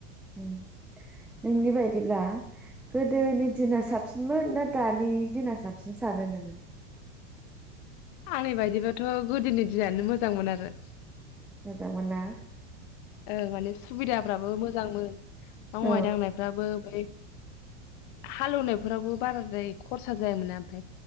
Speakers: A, in the centre; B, on the left (about 45°).
A: उम। नोंनि बायदिब्ला गोदोनि दिना साबसिनमोन ना दानि दिना साबसिन सानो नोङो?
B: आंनि बायदिबथ' गोदोनि दिनानो मोजांमोन आरो।
A: मोजां मोन ना?
B: ओं माने सुबिदाफ्राबो मोजांमोन मावनाय
A: औ
B: दांनायफ्राबो। ओमफ्राय हालौवनाय फोरावबो बाराद्राय खरसा जायामोना ओमफ्राय।